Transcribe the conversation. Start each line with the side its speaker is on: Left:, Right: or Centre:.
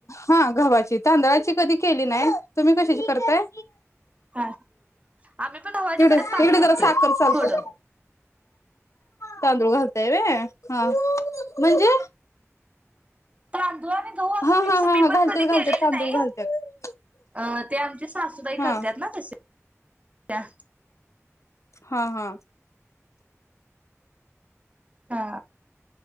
Left: हा गव्हाची तांदळाची कधी केली नाही तुम्ही कशाची करताये.
Right: हा आम्ही पण गव्हाच्या
Left: इकडे
Right: पण तांदूळ
Left: इकडे
Right: घालतोय
Left: जरा साखर सरकव.
Right: थोडं
Left: तांदूळ घालताय वय. हा म्हणजे.
Right: तांदुळात. गहु असं
Left: हा
Right: मिक्स
Left: हा हा
Right: मी
Left: हा
Right: पण
Left: घालत्यात
Right: कधी
Left: घालत्यात
Right: केलेले
Left: तांदूळ
Right: नाही
Left: घालत्यात
Right: अ ते आमचे सासूबाई
Left: हा
Right: करतात ना तसे. त्या.
Left: हा हा.
Right: हा!